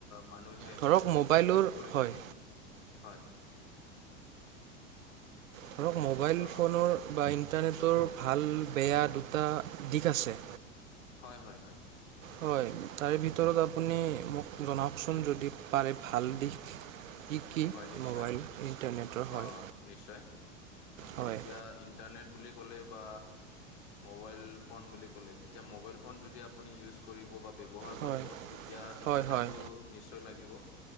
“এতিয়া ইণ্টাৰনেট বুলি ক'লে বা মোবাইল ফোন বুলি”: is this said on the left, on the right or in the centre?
Left